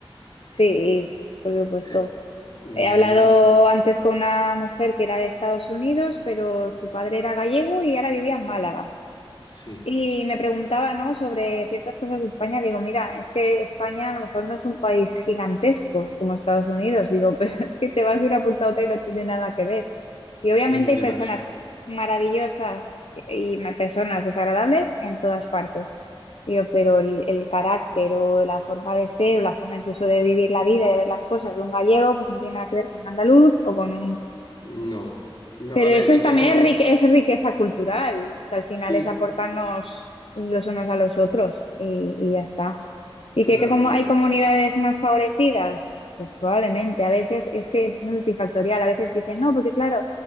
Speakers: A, on the left; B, on the left.
A: sí, por supuesto.
B: Eh, mm,
A: He hablado antes con una mujer que era de Estados Unidos, pero su padre era gallego y ahora vivía en Málaga.
B: sí,
A: Y me preguntaba, ¿no? sobre ciertas cosas de España. Digo, mira, es que España a lo mejor no es un país gigantesco como Estados Unidos. Digo, <laughs> pero es que te vas de una punta a otra y no tiene nada que ver. Y obviamente
B: es muy
A: hay
B: diverso.
A: personas maravillosas y ma- personas desagradables en todas partes. Digo, pero el, el carácter o la forma de ser, o la forma incluso de vivir la vida, de ver las cosas de un gallego, pues no tiene nada que ver con un andaluz o con un
B: No, no,
A: pero
B: a ver,
A: eso
B: y
A: es,
B: todo,
A: también es, rique- es riqueza cultural. O sea, al final
B: sí,
A: es aportarnos los unos a los otros y, y ya está. ¿Y
B: claro,
A: que, que como
B: y
A: hay comunidades más favorecidas? Pues probablemente. A veces es que es multifactorial. A veces dicen, no, porque claro,